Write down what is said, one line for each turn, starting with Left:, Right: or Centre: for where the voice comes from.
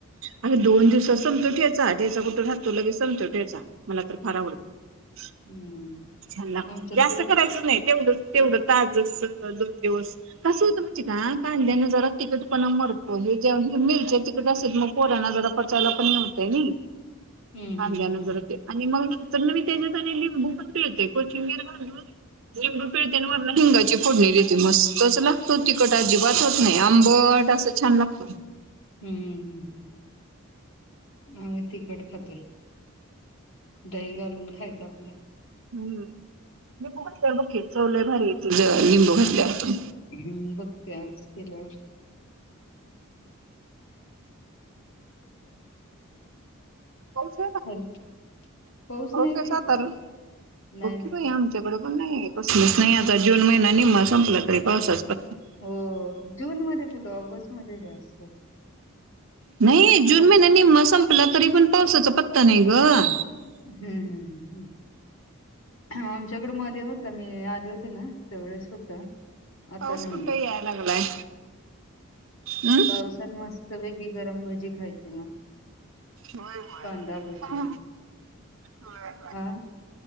Right: अगे दोन दिवस समतो ठेयचा ठ्यायचा कुठून राहतो लगे समतो ठेयचा मला तर फार आवडत
Left: हम्म
Right: छ
Left: आमच्यात
Right: जास्त
Left: दो
Right: करायचंच नाही तेवढंच तेवढं ताजस दोन दिवस कस हो कांद्याना जरा तिकीट पणा मरतो ज मिल तिकट असेल मग पोरना जरा पणतय
Left: हम्म
Right: कांद्या
Left: हम्म हम्म
Right: न जर ते म तर मग मी त्याच्यात लि भू पण पळते कोचिंग वगैरे लिंबडू पिळते मर हिंगाची फोडणी देते मस्तचला तो तिकट अजिबात होत नाही आंबट असं छान लागतो
Left: हम्म हम्म हम् हम् ह आम्ही तिखट खातो दही घालून खायचं आपलं
Right: हम्म लिंबू घातल्या बघकी चवले भारी त लिंबू घातल्यावर पण
Left: हम् बघते आज केल्यावर
Right: <inaudible> होश
Left: हल पाऊस
Right: आहेशस
Left: नाही बाई इकडं
Right: <unintelligible> तर
Left: नाही
Right: बग की
Left: नाही
Right: बई आमच्याकडे पण नाही कसलंच नाही आता जून महिना निम्मा संपला तरी पावसाच प
Left: हो जून मध्ये कुठं ऑगस्ट मध्ये जास्त
Right: नाही जून
Left: सप
Right: महिन्या निम्मा संपला तरी पण पावसाचा पत्ता नाही ग
Left: हम्म हम्म हम्म हम्म आमच्याकडे मध्ये होत मी आले होते ना त्या वळेस होता. आता
Right: पाऊस
Left: नाहीये
Right: कुठं याया लागलाय. हम्म.
Left: पावसात मस्त पैकी गरम भजी खायची मग
Right: होय होय
Left: कांदा भजी
Right: होय
Left: हा